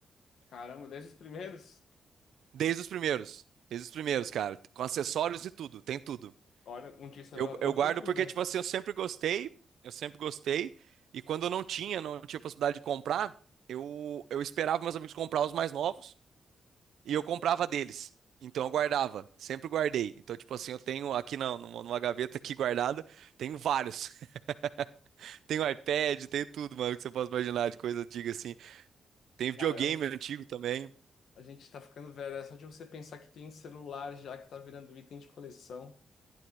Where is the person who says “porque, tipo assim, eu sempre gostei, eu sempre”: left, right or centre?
Right